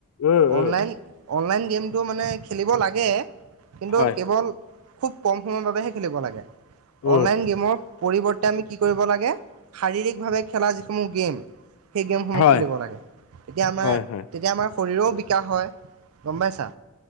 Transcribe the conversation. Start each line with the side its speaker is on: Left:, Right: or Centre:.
Left: উম
Right: অনলাইন
Left: উম
Right: অনলাইন গেমটো মানে খেলিব লাগে, কিন্তু
Left: হয়
Right: কেৱল খুব কম সময়ৰ বাবেহে খেলিব লাগে।
Left: উম
Right: অনলাইন গেমৰ পৰিৱৰ্তে আমি কি কৰিব লাগে শাৰীৰিকভাৱে খেলা যিসমূহ গেম সেই গেমসমূহ
Left: হয়
Right: খেলিব লাগে। তেতিয়া আমাৰ
Left: হয় হয়
Right: তেতিয়া আমাৰ শৰীৰও বিকাশ হয়, গম পাইছা?